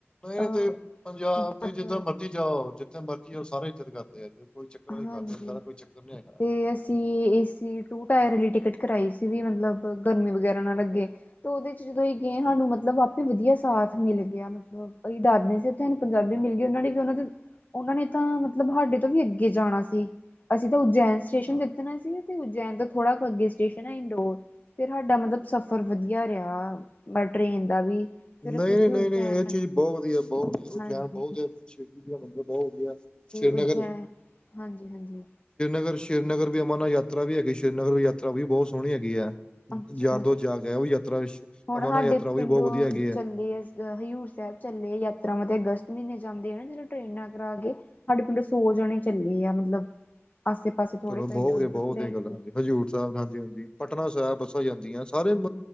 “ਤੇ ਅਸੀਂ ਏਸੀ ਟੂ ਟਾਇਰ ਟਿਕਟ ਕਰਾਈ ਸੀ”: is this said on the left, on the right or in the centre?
Left